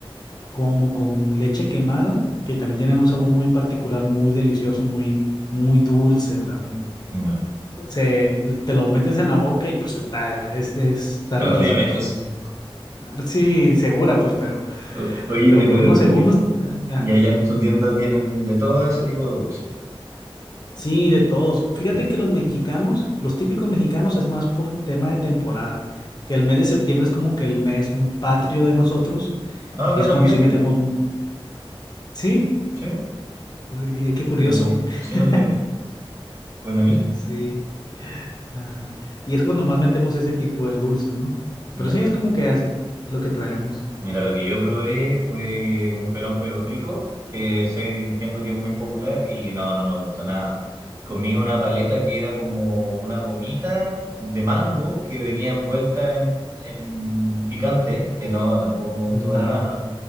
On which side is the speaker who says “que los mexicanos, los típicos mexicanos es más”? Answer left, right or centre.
Left